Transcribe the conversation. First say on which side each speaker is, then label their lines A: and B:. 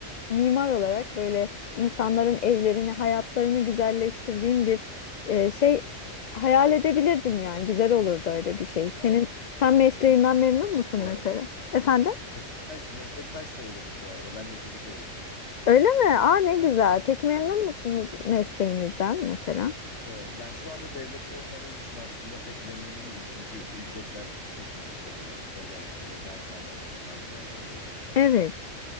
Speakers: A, on the left; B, on the left.
A: mimar olarak böyle insanların evlerini, hayatlarını güzelleştirdiğim bir e, şey hayal edebilirdim yani. Güzel olurdu öyle bir şey.
B: aynen.
A: Senin sen mesleğinden
B: Meslektaşız
A: memnun musun
B: bu
A: mesela?
B: arada.
A: Efendim?
B: Meslektaş, meslektaş sayılırız bu arada. Ben de fizik öğretmeniyim.
A: Öyle mi? Aa ne güzel. Peki memnun musunuz mesleğinizden mesela?
B: Ee, yani şu anda devlette olmadığım için aslında pek memnun değilim. Çünkü ücretler çok düşük oluyor. Özel böyle dershane, okul tarzı yerlerde.
A: Evet.